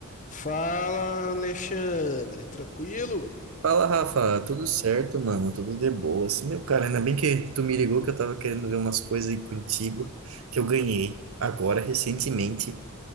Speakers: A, on the left (about 35°); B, on the right (about 65°).
A: Fala, Alexandre, tranquilo?
B: Fala, Rafa, tudo certo, mano? Tudo de boa. Assim, Meu cara, ainda bem que tu me ligou que eu tava querendo ver umas coisas aí contigo que eu ganhei agora recentemente